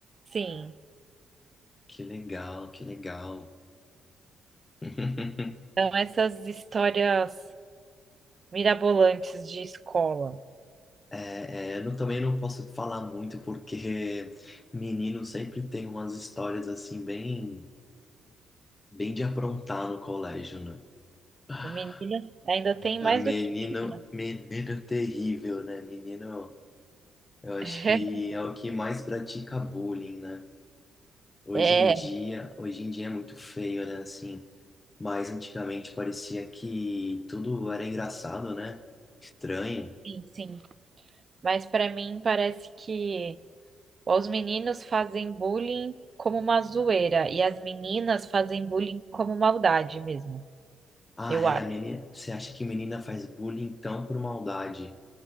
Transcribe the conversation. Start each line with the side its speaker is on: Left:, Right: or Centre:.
Right: Sim,
Left: Que legal, que legal. <laughs>
Right: então essas histórias mirabolantes de escola.
Left: É, é, eu não- também não posso falar muito porque menino sempre tem umas histórias assim bem, bem de aprontar no colégio, né? Ah,
Right: Menina, ainda tem mais
Left: Menino,
Right: do que menina.
Left: menino terrível, né? Menino, eu acho
Right: <laughs>
Left: que é o que mais pratica bullying, né? Hoje
Right: É,
Left: em dia, hoje em dia é muito feio, né? Assim, mas antigamente parecia que tudo era engraçado, né? Estranho.
Right: sim, sim. Mas pra mim parece que os meninos fazem bullying como uma zoeira e as meninas fazem bullying como maldade mesmo.
Left: Ah,
Right: Eu
Left: é,
Right: acho.
Left: a menina, você acha que menina faz bullying então por maldade?